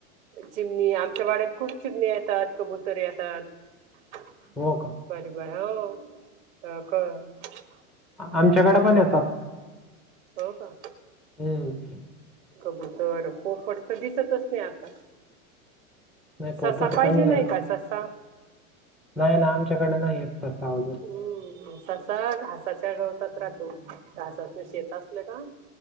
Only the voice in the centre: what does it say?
हो का?
आमच्याकड पण येतात.
हम्म.
नाही पोपट
कमी झालं
नाही ना, आमच्याकडे नाहीयेतं ससा अजून.